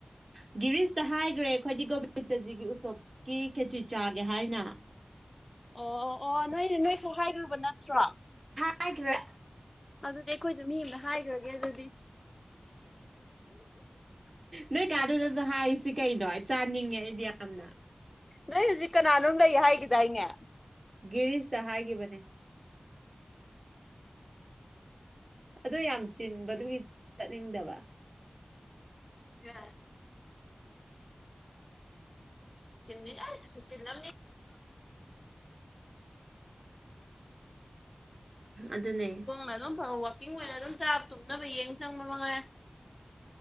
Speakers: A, on the right (about 60°); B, on the left (about 40°).
A: ꯎ ꯒꯤꯔꯤꯁꯇ ꯍꯥꯏꯈ꯭ꯔꯦ ꯑꯩꯈꯣꯏꯗꯤ ꯒꯣꯕꯤꯟꯗꯖꯤꯒꯤ ꯎꯁꯣꯞꯀꯤ ꯈꯦꯇ꯭ꯔꯤ ꯆꯥꯒꯦ ꯍꯥꯏꯅ
B: ꯑꯣ ꯑꯣ ꯑꯣ ꯅꯣꯏ ꯅꯣꯏꯁꯨ ꯍꯥꯏꯔꯨꯕ ꯅꯠꯇ꯭ꯔꯣ
A: ꯍꯥꯏ꯭ꯔ
B: ꯑꯗꯨꯗꯤ ꯑꯩꯈꯣꯏꯁꯨ ꯃꯤ ꯑꯃꯗ ꯍꯥꯏꯈ꯭ꯔꯒꯦ ꯑꯗꯨꯗꯤ
A: ꯅ ꯀꯥꯗꯗ ꯍꯥꯏꯁꯤ ꯀꯩꯅꯣ ꯑꯩ ꯆꯥꯅꯤꯡꯉꯦ ꯑꯩꯗꯤ ꯌꯥꯝꯅ
B: ꯅꯣꯏ ꯍꯧꯖꯤꯛ ꯀꯅꯥꯅꯣ ꯂꯩ ꯍꯥꯏꯒꯦꯗ ꯍꯥꯏꯅꯦ
A: ꯒꯤꯔꯤꯁꯇ ꯍꯥꯏꯈꯤꯕꯅꯦ ꯑꯣ ꯌꯥꯝ ꯆꯤꯟꯕꯗꯨꯒꯤ ꯆꯠꯅꯤꯡꯗꯕ
B: ꯌꯥꯔ ꯁꯤꯃꯤ ꯑꯔꯦ ꯄꯁꯅ
A: ꯑꯗꯨꯅꯦ
B: ꯍꯗꯣ ꯐꯥꯎ ꯀꯀꯤꯡ ꯑꯣꯏꯅ ꯑꯗꯨꯝ ꯆꯥꯕ ꯇꯨꯝꯅꯕ ꯌꯦꯡ ꯆꯪꯕ ꯃꯉ